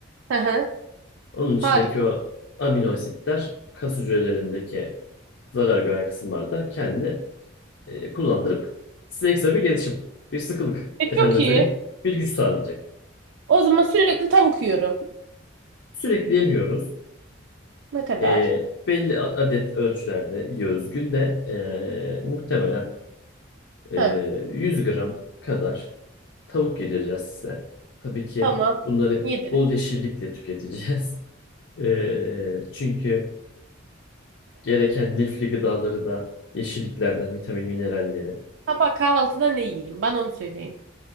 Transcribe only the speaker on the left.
Onun içindeki
o amino asitler kas hücrelerindeki zarar gören kısımlarda kendini e, kullandırıp size ekstra bir gelişim, bir sıkılık,
efendime
söyleyeyim, bir güç sağlayacak.
Sürekli yemiyoruz.
E, belli a- adet ölçülerde yiyoruz. Günde e, muhtemelen e,
100 gram kadar tavuk yedireceğiz size. Tabii ki
bunları
bol yeşillikle tüketeceğiz. <laughs> E, çünkü Gereken lifli gıdaları da yeşilliklerden vitamin mineralleri.